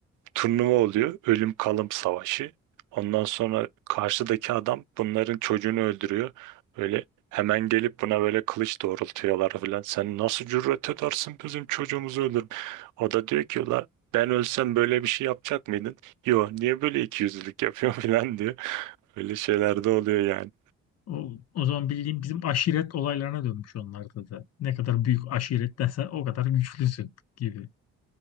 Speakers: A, on the right; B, on the left.
A: turnuva oluyor. Ölüm kalım savaşı. Ondan sonra karşıdaki adam bunların çocuğunu öldürüyor. Öyle hemen gelip buna böyle kılıç doğrultuyorlar falan. Sen nasıl cüret edersin bizim çocuğumuzu öldürüm. O da diyor ki la ben ölsem böyle bir şey yapacak mıydın? Yo niye böyle ikiyüzlülük yapıyorsun <laughs> falan diyor. Böyle şeyler de oluyor yani.
B: O, o zaman bildiğim bizim aşiret olaylarına dönmüş onlarda da. Ne kadar büyük aşirettensen o kadar güçlüsün gibi.